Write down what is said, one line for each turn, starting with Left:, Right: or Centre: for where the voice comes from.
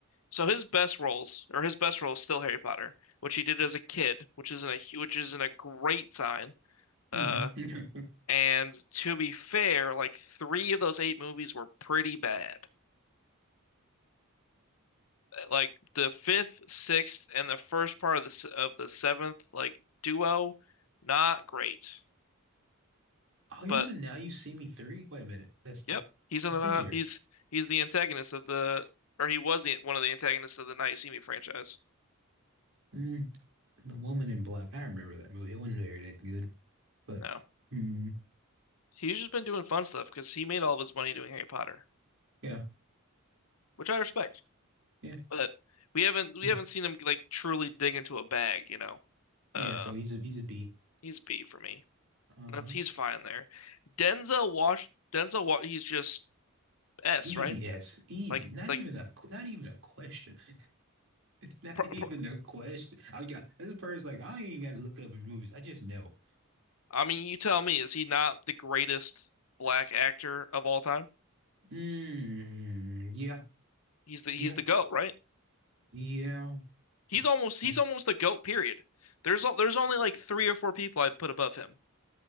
Left: so his best roles or his best role is still Harry Potter, which he did as a kid, which isn't a hu- which isn't a great sign. Uh,
Right: Mm-hmm. <laughs>
Left: and to be fair, like three of those eight movies were pretty bad. Like the fifth, sixth, and the first part of the of the seventh, like duo, not great.
Right: Oh, he
Left: But
Right: was in Now You See Me 3? Wait a minute. That's
Left: yep, he's in
Right: it's
Left: the
Right: this year.
Left: he's he's the antagonist of the or he was the one of the antagonists of the Now You See Me franchise.
Right: Mm, The Woman in Black. I remember that movie. It wasn't very that good, but
Left: No,
Right: mm,
Left: he's just been doing fun stuff because he made all of his money doing Harry Potter,
Right: yeah.
Left: which I respect.
Right: Yeah.
Left: But we haven't we
Right: Mm.
Left: haven't seen him like truly dig into a bag, you know.
Right: Yeah,
Left: Uh,
Right: so he's a he's a B.
Left: he's B for me.
Right: Uh-huh.
Left: That's he's fine there. Denzel Wash Denzel Wa he's just S,
Right: Easy
Left: right?
Right: S. Easy.
Left: Like
Right: Not
Left: like
Right: even a qu- not even a question. <laughs> Not
Left: pr
Right: even
Left: pr
Right: a question. I got this person's like, I ain't gotta look up his movies. I just know.
Left: I mean, you tell me, is he not the greatest black actor of all time?
Right: Mm, yeah,
Left: He's the he's
Right: yeah,
Left: the GOAT, right?
Right: yeah.
Left: He's almost he's
Right: Okay.
Left: almost the GOAT period. There's there's only like three or four people I'd put above him.